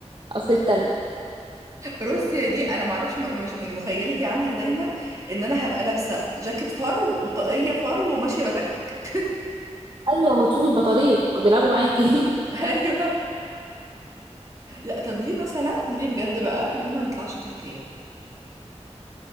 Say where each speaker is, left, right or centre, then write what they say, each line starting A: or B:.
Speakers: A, on the right; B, on the right.
A: اصل التلج
B: روسيا دي انا ما اعرفش م- مش يعني مخيلتي عنها دايما ان انا هبقى لابسه جاكيت فر وطاقيه فر وماشيه بتكتك
A: ايوه وتشوفي البطاريق بيلعبوا معاكي <laughs>
B: <laughs> ايوه لا طب ليه مثلا ليه بجد بقى ليه ما نطلعش تركيا